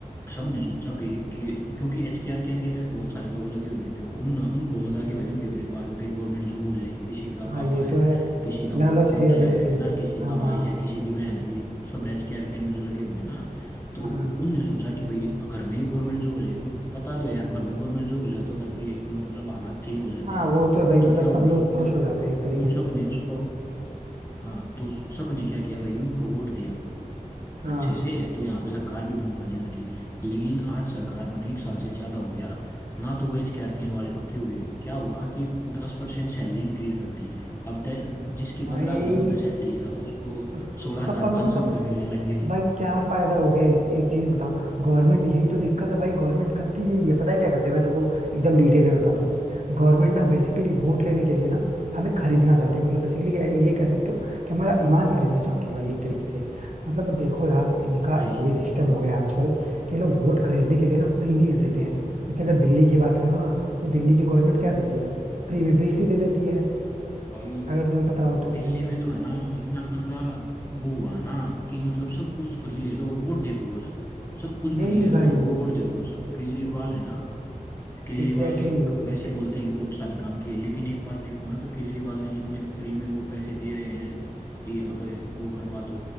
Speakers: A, on the left (about 20°); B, on the right (about 55°).
A: सब ने सोचा भाई कि क्योंकि एच के आर कैन के तहत बहुत सारे लोग लगे हुए हैं तो उन उनको लगा कि भाई उनके परिवार को कहीं गवर्नमेंट जॉब हो जाएगी किसी का
B: हाँ
A: पापा
B: ये
A: है
B: तो है
A: किसी का
B: लालच
A: भाई बेटा
B: दिया बेसिकली
A: है है ना किसी
B: हाँ
A: का
B: हाँ
A: भाई है किसी की बहन है ये सब एच के आर कैन में जो लगे हुए हैं ना तो
B: हाँ
A: उनने सोचा कि भाई घर में ही गवर्नमेंट जॉब हो जाएगी और पता तो है यार घर में गवर्नमेंट जॉब हो जाए तो घर के मतलब हालात ठीक हो जाते
B: हाँ
A: हैं
B: वो तो है भाई
A: तो
B: मतलब
A: क्या हुआ
B: सब लोग
A: कि
B: खुश हो जाते हैं एक तरीके
A: उन
B: से
A: सब ने उसको हाँ तो सब ने क्या किया भाई उनको वोट दिया
B: हाँ
A: अच्छे से तो यहाँ पे सरकार भी बनवा दी उनकी लेकिन आज सरकार बने एक साल से ज्यादा हो गया ना तो वो एच के आर केन वाले पक्के हुए क्या हुआ कि दस परसेंट सैलरी इंक्रीज कर दी अब दे- जिसकी पंद्रह
B: भाई
A: हजार रुपये सैलरी है उसको
B: उस,
A: सोलह
B: उसका
A: हजार
B: 1500
A: पाँच सौ रुपये मिलने लग गई
B: भाई क्या फायदा हो गया इससे एक चीज बताओ गवर्नमेंट यही तो दिक्कत है भाई गवर्नमेंट करती यही है पता है क्या करते हैं मैं तुमको एकदम डिटेल में बताता हूँ गवर्नमेंट ना बेसिकली वोट लेने के लिए ना हमें खरीदना चाहती है मतलब बेसिकली ये कह सकते हो कि हमारा ईमान खरीदना चाहती है भाई एक तरीके से मतलब देखो यार इनका
A: यही
B: ये
A: तो
B: सिस्टम
A: है
B: हो गया है आजकल कि ये लोग वोट खरीदने के लिए ना फ्रीबीज देते हैं जैसे अगर दिल्ली की बात करो ना तो दिल्ली की गवर्नमेंट क्या देती है फ्री में बिजली दे देती है
A: भाई
B: अगर तुम्हें पता हो तो
A: दिल्ली में तो है ना इतना गंदा वो हुआ ना कि मतलब सब कुछ फ्री ले लो वोट दे दो बस सब कुछ
B: यही
A: फ्री ले लो
B: भाई
A: हमको वोट दे दो बस अब केजरीवाल है ना केजरीवाल
B: एग्जैक्टली
A: ने एक- वैसे बोलते हैं कि बहुत सारे काम किए लेकिन एक बात देखो ना तो केजरीवाल ने जितने फ्री में वो पैसे दे रहे हैं कि अब वो करवा दो